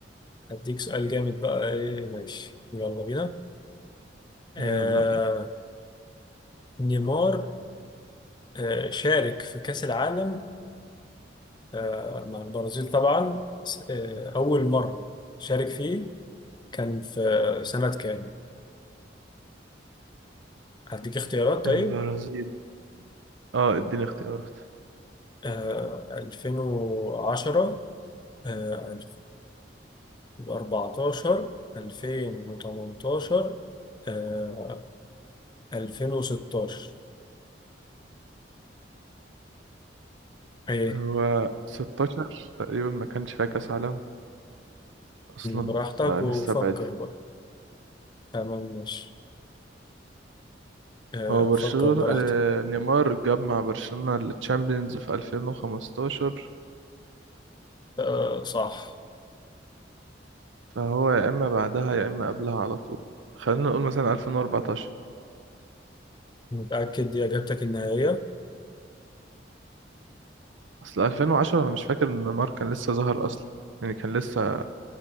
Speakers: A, on the left (about 25°); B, on the right (about 90°).
A: هديك سؤال جامد بقى ايه ماشي يلا بينا آه
B: يلا بينا
A: نيمار آه شارك في كأس العالم آه مع البرازيل طبعا س- آه أول مرة شارك فيه كان في سنة كام؟ هديك اختيارات طيب
B: البرازيل اه اديني اختيارات
A: آه 2010 آه 2014 2018 آه 2016 ايه
B: هو 16 تقريبا ما كانش فيها كأس عالم اصلا
A: براحتك
B: فنستبعد
A: وفكر بقى تمام ماشي آه،
B: هو برشلونة
A: فكر براحتك
B: آه، نيمار جاب مع برشلونة التشامبيونز في 2015
A: آه، صح
B: فهو يا إما بعدها يا إما قبلها على طول خلينا نقول مثلا 2014
A: متأكد دي إجابتك النهائية؟
B: أصل 2010 أنا مش فاكر إن نيمار كان لسه ظهر أصلا يعني كان لسه